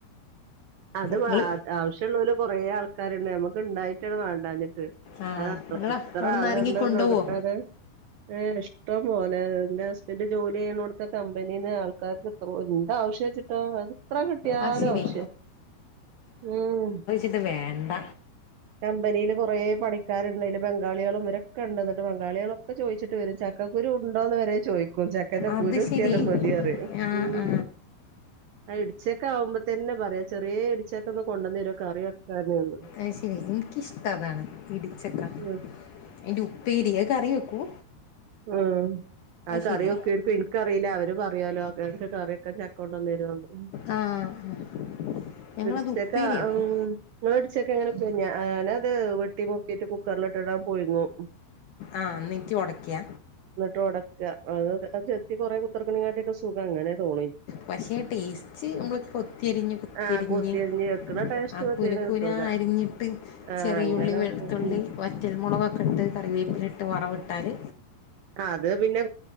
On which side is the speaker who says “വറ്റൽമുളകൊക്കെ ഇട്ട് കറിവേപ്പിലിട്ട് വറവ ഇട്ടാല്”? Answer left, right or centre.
Left